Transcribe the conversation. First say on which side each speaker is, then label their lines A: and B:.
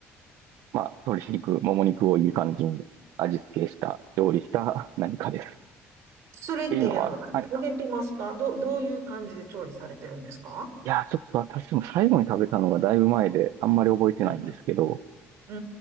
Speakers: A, on the right (about 75°); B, on the right (about 65°).
A: まあ鶏肉、もも肉をいい感じに味付けした、調理した何かです。っ
B: それって、
A: ていうのは、
B: あの、
A: はい。
B: 揚げてますかど、どういう感じで調理されてるんですか
A: いやー、ちょっと私も最後に食べたのがだいぶ前であんまり覚えてないんですけど、
B: うん。う